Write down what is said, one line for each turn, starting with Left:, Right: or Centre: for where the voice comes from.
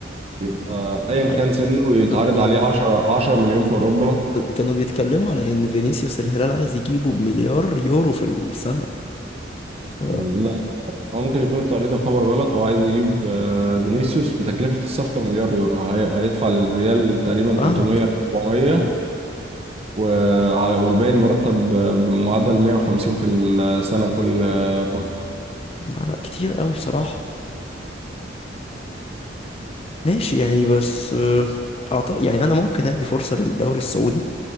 Right: يبقى أيا
Left: ح-
Right: كان سنه يتعرض
Left: بز- يعني
Right: عليه 10 10
Left: كانوا
Right: مليون في أوروبا
Left: كانوا بيتكلموا على ان فينيسيوس الهلال عايز يجيبه بمليار يورو في السنة ف-
Right: لا هو ممكن يكون أنت قريت الخبر غلط هو عايز يجيب آه، فينيسيوس بتكلفة الصفقة مليار يورو هي- هيدفع للريال تقريبا
Left: فاهمك
Right: 300 400
Left: مم.
Right: وع- والباقي المرتب ب- بمعدل 150 في السنة كل فترة
Left: لا لا، كتير قوي بصراحة ماشي يعني بس آه، اعتقد يعني انا ممكن ادي فرصة للدوري السعودي